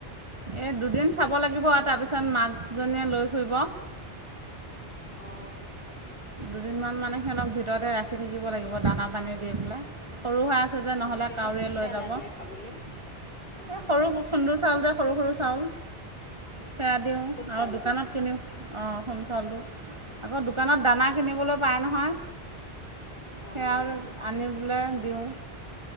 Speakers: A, on the right (about 30°); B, on the left (about 60°).
A: এই দুদিন চাব লাগিব আৰু তাৰপিছত মাকজনীয়ে লৈ ফুৰিব।
B: অঁ।
A: দুদিনমান মানে সিহঁতক ভিতৰতে ৰাখি থাকিব লাগিব দানা পানী দি পেলাই। সৰু হৈ আছে যে
B: অহ
A: নহলে
B: সিহঁতক
A: কাউৰীয়ে
B: কি
A: লৈ
B: দানা
A: যাব
B: দিয়া খাবলে অহ
A: এই সৰু খুন্দুৰ চাউল যে সৰু, সৰু চাউল সেয়া দিওঁ
B: খুদ চাউলটো
A: আৰু দোকানত কিনিম অ। খুন্দো চাউলটো আকৌ দোকানত কিনিবলে
B: অহ
A: পায় নহয়
B: অহ
A: সেইয়া ও আনিবলৈ দিও